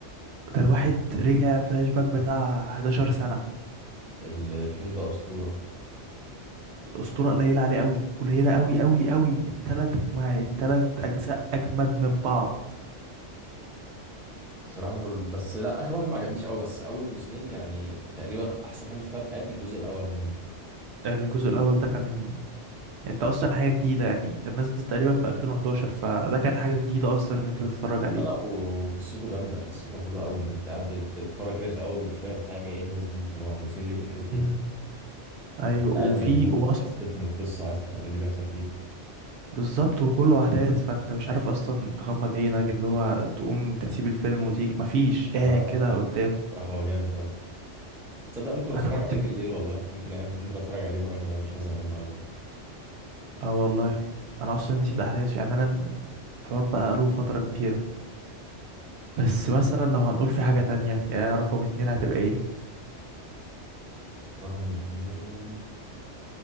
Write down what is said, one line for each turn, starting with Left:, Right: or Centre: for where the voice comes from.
Right: ده الواحد رجع فلاش باك بتاع 11 سنه
Centre: الفيلم ده اسطورة
Right: الاسطوره قليله عليه قوي قليله قوي قوي قوي الثلاث ما الثلاث اجزاء اجمد من بعض
Centre: بصراحة كل بس لا آخر واحد ما عجبنيش قوي بس أول جزئين يعني تقريبا أحسن حاجة شفتها في حياتي الجزء الأول منه
Right: الجزء الاول ده كان انت اصلا حاجه جديده يعني كان نازل تقريبا في 2011 فده كان حاجه جديده اصلا ان انت تتفرج عليه
Centre: لا لا، و- وقصته جامده قصته حلوه قوي وانت قاعد بت- بتتفرج كده في الاول ومش فاهم حاجه ايه الناس دي هم محبوسين ليه في الحته
Right: امم
Centre: دي
Right: ايوه
Centre: انت قاعد
Right: وفي
Centre: مشدود
Right: واصل
Centre: عايز تفهم القصه عايز تفهم ايه اللي بيحصل فيها
Right: بالظبط وكله احداث فانت مش عارف اصلا تغمض عينك اللي هو تقوم تسيب الفيلم وتيجي مفيش قاعد
Centre: اه
Right: كده قدامه
Centre: صراحه هو جامد قوي تصدق ممكن اتفرج
Right: انا كنت
Centre: عليه بالليل والله ممكن عاد ممكن اتفرج عليه مره كمان مش هزهق منه ابدا
Right: اه والله انا اصلا نسيت احداثه يعني انا الحوار بقى له فتره كبيره بس مثلا لو هنقول في حاجه تانية يا رقم اتنين هتبقى ايه
Centre: رقم اتنين